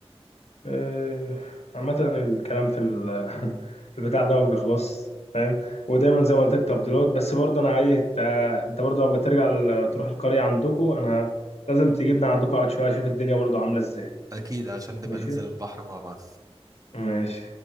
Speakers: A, on the left; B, on the right.
A: آه، عامة الكلام في ال- <laughs> في البتاع ده ما بيخلصش فاهم ودايما زي ما قلت لك تفضيلات بس برضه انا عايز انت انت برضه لما ترجع ال- تروح القرية عندكم انا لازم تجيبنا عندكم اقعد شوية اشوف الدنيا برضه عاملة ازاي
B: اكيد عشان نبقى
A: ماشي
B: ننزل البحر مع بعض
A: ماشي